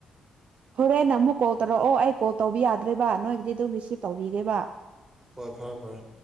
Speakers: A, on the right (about 60°); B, on the right (about 25°).
A: ꯍꯣꯔꯦꯟ ꯑꯃꯨꯛ ꯀꯣꯜ ꯇꯧꯔꯛꯑꯣ ꯑꯩ ꯀꯣꯜ ꯇꯧꯕꯤ ꯌꯥꯗ꯭ꯔꯦꯕ ꯅꯣꯏꯒꯤꯗꯤ ꯑꯗꯨꯝ ꯔꯤꯁꯤꯞ ꯇꯧꯕꯤꯒꯦꯕ
B: ꯍꯣꯏ ꯐꯔꯦ ꯐꯔꯦ